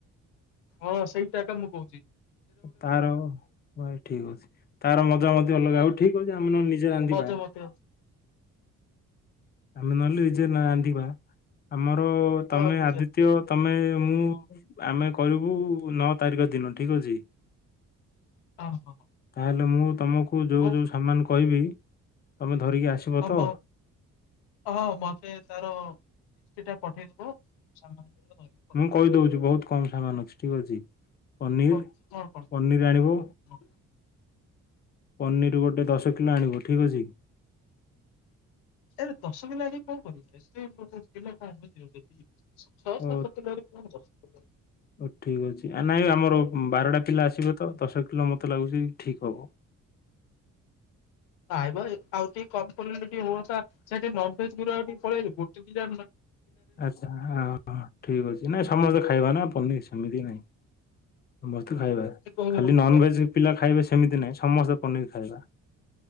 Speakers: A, on the left (about 80°); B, on the left (about 25°).
A: ହଁ ସେଇଟା ଏକା ମୁଁ କହୁଛି।
B: ତାର <unintelligible> ଠିକ୍ ଅଛି ତାର ମଜା ମଧ୍ୟ ଅଲଗା ହଉ ଠିକ୍ ଅଛି। ଆମେ ନହଲେ ନିଜେ ରାନ୍ଧିବା।
A: ମଜା ମତେ
B: ଆମେ ନହେଲେ ନିଜେ ରାନ୍ଧିବା ଆମର
A: ହଁ
B: ତମେ
A: ନିଜେ
B: ଆଦିତ୍ୟ ତମେ ମୁଁ ଆମେ କରିବୁ ନଅ ତାରିଖ ଦିନ ଠିକ୍ ଅଛି।
A: ହଁ ହଁ।
B: ତାହେଲେ ମୁଁ ତମକୁ ଯୋଉ
A: ହଉ
B: ଯୋଉ ସାମାନ୍ କହିବି ତମେ ଧରିକି ଆସିବ
A: ହବ
B: ତ
A: ହଁ ମତେ ତାର ସେଟା ପଠେଇ ଦବ ମୁଁ ଧରିକି ପଳେଇବି
B: ମୁଁ କହିଦଉଛି ବହୁତ୍ କମ ସାମାନ୍ ଅଛି ଠିକ୍ ଅଛି। ପନିର୍
A: କଣ କଣ
B: ପନିର୍ ଆଣିବ।
A: କଣ
B: ପନିର ଗୋଟେ ଦଶ କିଲୋ ଆଣିବ ଠିକ୍ ଅଛି।
A: ଏ ଦଶ କିଲୋ ଆଣିକେ କଣ କରିବା ଏ ପଚାଶ କିଲୋ ଛଅ
B: ଓ
A: ସାତ କିଲୋରେ କଣ <unintelligible>
B: ଓ ଠିକ ଅଛି ଆ ନାଇଁ ଆମର ବାରଟା ପିଲା ଆସିବେ ତ ଦଶ କିଲୋ ମତେ ଲାଗୁଛି ଠିକ ହବ।
A: ନାଇଁ ମ ଆଉ ଟିକେ କମ୍ ପରିମାଣରେ ଟିକେ ହୁଅନ୍ତା ସାର୍ ଟିକେ ନନ ଭେଜ୍ <unintelligible> ମୋର ଟିକେ ପଳେଇ ଗୋଟେ ଦିଇ ଟା
B: ଆଚ୍ଛା ହଁ ହଁ ଠିକ ଅଛି ନାଇଁ ସମସ୍ତେ ଖାଇବା ନା ପନିର ସେମିତି ନାହିଁ ସମସ୍ତେ ଖାଇବା
A: ଏ କଣ-
B: ଖାଲି ନନଭେଜ
A: ଅ-
B: ପିଲା ଖାଇବେ ସେମିତି ନାହିଁ ସମସ୍ତେ ପନିର ଖାଇବା